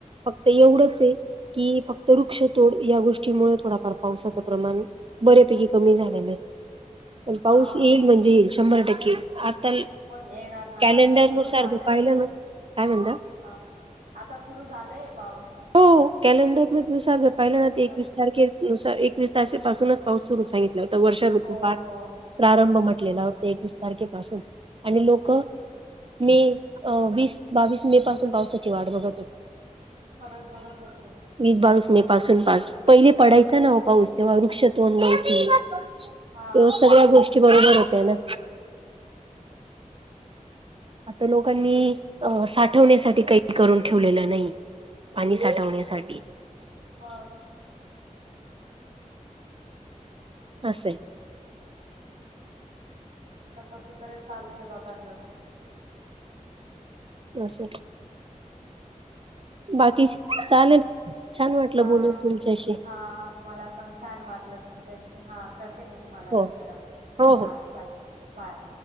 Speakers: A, on the right; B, on the right.
A: फक्त एवढंच हे- कि फक्त वृक्षतोड या गोष्टीमुळे थोडाफार पावसाचं प्रमाण बऱ्यापैकी. कमी झालेल्या पण
B: हा
A: पाऊस येईल म्हणजे येईल शंभर टक्के आता.
B: मण येणार ना
A: कॅलेंडर
B: आता सुरु
A: नुसार
B: झालंय
A: जर पाहिलं
B: हे.
A: ना काय म्हणता
B: अ आता सुरु झालंय हे पाऊस.
A: हो कॅलेंडर म दुसार ज पाहिला ना एकवीस
B: मग
A: तारखे नुसार एकवीस ताासेपासूनच पाऊस सुरू सांगितला होता. वर्षा ऋतूपठ
B: हो हो
A: प्रारंभ म्हटलेला होता एकवीस तारखेपासून, आणि लोक- मे, वीस बावीस मे पासून पावसाची वाट बघत होते.
B: खरंच बघत होते.
A: वीस बावीस मे पासून पार, पहिले पडायचा ना पाऊस तेव्हा वृक्ष तोंड द्यायच.
B: हा
A: तेव्हा सगळ्या गोष्टी बरोबर होत्या ना. आता लोकांनी, साठवण्यासाठी काही करून ठेवलेलं नाही. पाणी साठवण्यासाठी.
B: हा <unintelligible>
A: असे.
B: आता कस तरी चालू आहे बाबा जग. हो <inaudible>
A: असं. बाकी? चालेल छान वाटलं
B: हा
A: बोलून तुमच्याशी.
B: ठीक आहे हा मला पण छान वाटलं तुमच्याशी, हा करते मी तुम्हाला
A: हो
B: नंतर अजून.
A: हो हो
B: हा चालेल, बाय.